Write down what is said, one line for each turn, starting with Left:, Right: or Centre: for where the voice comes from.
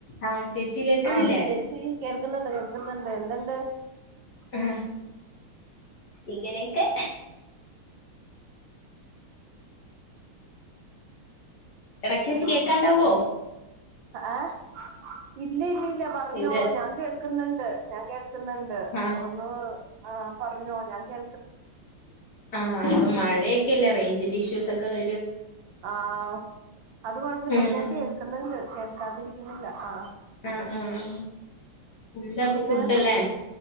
Left: ആഹ് ചേച്ചി കേക്കുന്നില്ലേ
Right: ആ ചേച്ചി കേൾക്കുന്നുണ്ടോ ക്ക് ന്നുണ്ട് എന്തുണ്ട്
Left: ആ ഇങ്ങനെയൊക്കെ ഇടക്ക്
Right: ത
Left: വെച്ച്
Right: ആ
Left: കേക്കാണ്ടാവോ
Right: ആഹ <unintelligible> ഇല്ല ഇല്ല ഇല്ല പറഞ്ഞോ
Left: ഇത്
Right: ഞാൻ കേൾക്കുന്നുണ്ട് ഞാൻ കേൾ ണ്ട്
Left: ആഹ്
Right: ഒന്ന് പറഞ്ഞോ ഞാൻ കേ
Left: ആഹ ഇപ്പൊ മഴയൊക്കെല്ലേ റേഞ്ചിന്റെ ഇഷ്യൂസ് ഒക്കെ വ
Right: ആഹ അത് കൊഴപ്പമില്ല പക്ഷെ
Left: ഉം
Right: ഞാൻ കേൾക്കുന്നുണ്ട് കേൾക്കാതിരിക്കുന്നില്ല ആ
Left: ആഹ ആ എന്താപ്പ
Right: പിന്നെ
Left: ഫുഡ്ല്ലേ